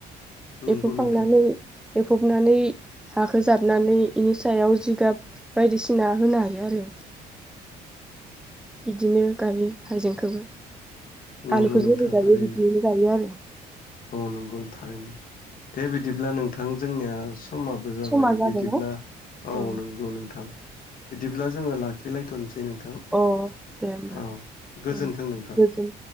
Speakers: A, on the left (about 55°); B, in the centre.
A: नंगौ
B: एफब
A: नोंथां
B: खांनानै एफबनानै हाखो जाबनानै यिनि सायाव जिगाब बायदिसिना होनो हायो आरो बिदिनो गायो हाइजेंखौबो
A: नंगौ
B: आलुखो
A: नोंथां
B: जेरै गायो
A: थारैनो
B: बिदिनो गायो आरो
A: औ नंगौ थारैनो दे बिदिब्ला नों नोंथां जोंनिया स समाबो जाबाय
B: समा जाबायना
A: बिदिब्ला औ
B: अ
A: नंगौ नोंथां बिदिब्ला जोङो लाखि लाखिलायथनोसै नोंथां
B: अ दे होमबा
A: औ गोजोन्थों
B: औ
A: नोंथां
B: गोजोन